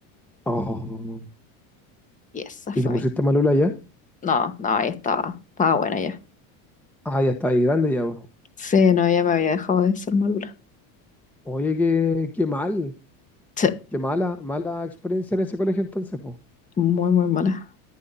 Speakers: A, in the centre; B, on the left.
A: Oh.
B: Y esa fue
A: ¿Y te pusiste
B: mi...
A: malula ya?
B: No, no, ahí estaba, estaba buena ya.
A: Ah, ya está ahí grande ya, po.
B: Sí, no, ya me había dejado de ser malura.
A: Oye, qué, qué mal.
B: Sí,
A: Qué mala, mala experiencia en ese colegio entonces, po.
B: muy, muy mala.